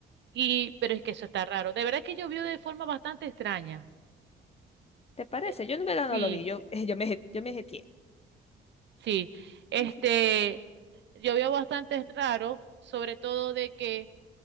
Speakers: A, on the right; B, on the left.
A: Y, pero es que eso está raro. De verdad que yo vi de forma bastante extraña.
B: ¿Te parece?
A: Eh,
B: Yo en verdad
A: Sí.
B: no lo vi, yo, <laughs> yo me, je- yo me jeteé.
A: Sí, este,
B: Ujú.
A: yo veo bastante raro, sobre todo de que